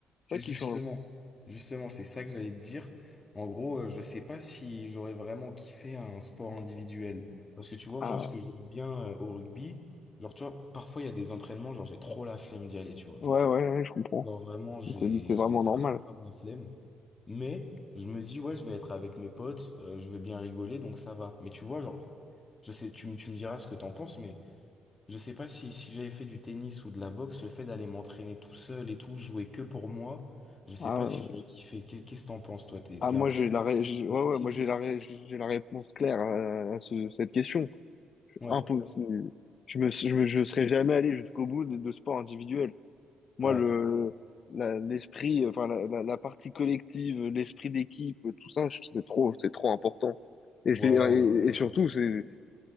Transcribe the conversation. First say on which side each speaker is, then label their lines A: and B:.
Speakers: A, on the left; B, on the left.
A: C'est
B: Justement,
A: ça qui change.
B: justement, c'est ça que j'allais te dire. En gros, euh, je sais pas si j'aurais vraiment kiffé un sport individuel. Parce que tu vois,
A: Ah,
B: moi, ce que j'aime bien euh, au rugby, genre, tu vois, parfois il y a des entraînements, genre, j'ai trop la flemme d'y aller, tu vois.
A: ouais, ouais, ouais, je comprends.
B: Genre, vraiment, j'ai
A: C'est c'est vraiment
B: j'ai grave,
A: normal.
B: grave la flemme. Mais je me dis, ouais, je vais être avec mes potes, euh, je vais bien rigoler, donc ça va. Mais tu vois, genre, je sais, tu, me- tu me diras ce que t'en penses, mais je sais pas si, si j'avais fait du tennis ou de la boxe, le fait d'aller m'entraîner tout seul et tout, jouer que pour moi, je sais
A: Ah,
B: pas
A: ouais.
B: si j'aurais kiffé. Qu'est- Qu'est-ce que t'en penses, toi? T'es,
A: Ah,
B: t'es
A: moi,
B: un peu
A: j'ai la, ré- j'ai- ouais,
B: collectif
A: ouais, moi, j'ai
B: aussi?
A: la, ré- j'ai la réponse claire à, à ce- cette question.
B: Ouais,
A: Impossible. Je me, je me- je serais jamais allé jusqu'au bout de, de sports individuels. Moi,
B: ouais,
A: le, la- l'esprit, enfin, la, la- la partie collective, l'esprit d'équipe, tout ça, je- c'est trop, c'est trop important. Et
B: ouais,
A: c'est, et,
B: ouais.
A: et surtout, c'est,